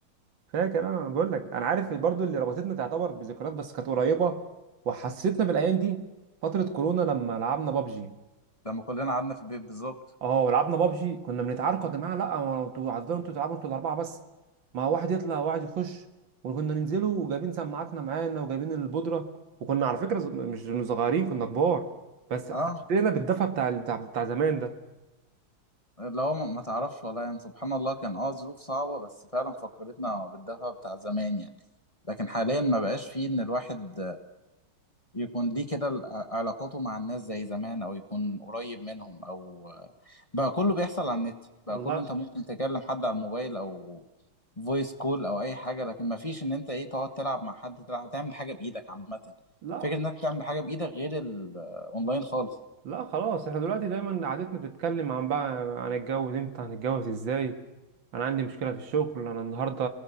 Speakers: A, on the right; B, on the left.
A: فاكر انا انا بقول لك انا عارف برضو اللي ربطتنا تعتبر بذكريات بس كانت قريبه وحسيتنا بالايام دي فتره كورونا لما لعبنا بابجي
B: لما كلنا قعدنا في البيت بالظبط
A: اه ولعبنا بابجي كنا بنتعاركوا يا جماعه لا هو انتوا هتفضلوا انتوا تلعبوا انتوا الاربعه بس ما واحد يطلع وواحد يخش وكنا ننزلوا وجايبين سماعاتنا معانا وجايبين البودره وكنا على فكره ز- مش مش صغيرين كنا كبار بس حسينا
B: اه
A: بالدفى بتاع بتاع بتاع زمان ده
B: اللي هو ما ما تعرفش والله يعني سبحان الله كان اه ظروف صعبة بس فعلا فكرتنا بالدفى بتاع زمان يعني لكن حاليا ما بقاش فيه ان الواحد يكون ليه كده ال- علاقاته مع الناس زي زمان او يكون قريب منهم او بقى كله بيحصل على النت
A: والله
B: بقى كله انت ممكن تكلم حد على الموبايل او فويس كول او اي حاجة لكن ما فيش ان انت ايه تقعد تلعب مع حد تلعب تعمل حاجة بايدك عامة
A: لا
B: فكرة انك تعمل حاجة بايدك غير الاونلاين خالص
A: لا خلاص احنا دلوقتي دايما قعدتنا بتتكلم عن بقى عن الجواز امتى هنتجوز ازاي انا عندي مشكله في الشغل انا النهارده